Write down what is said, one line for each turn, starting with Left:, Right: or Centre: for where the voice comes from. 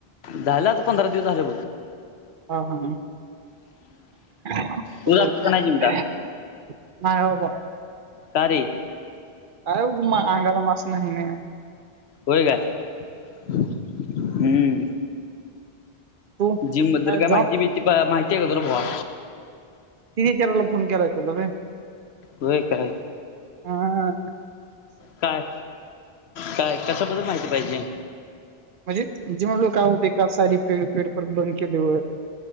Left: झालं आता पंधरा दिवस झालं बघ.
Right: हा हा <inaudible>
Left: तू जातोस का नाही जिमला
Right: नाही बाबा.
Left: का रे?
Right: काय उपयोग? अंगाला मास नाही आणि
Left: होय काय हम्म.
Right: तू
Left: जिम बद्दल काय
Right: जाऊन
Left: माहिती बिती माहिती आहे का तुला बुवा?
Right: तिच विचारायला फोन केलाय तुला रे.
Left: होय काय?
Right: हा
Left: काय? काय कशाबद्दल माहिती पाहिजे?
Right: म्हणजे जेव्हा लोक होते का साडी पे पेडपर बंद केलो.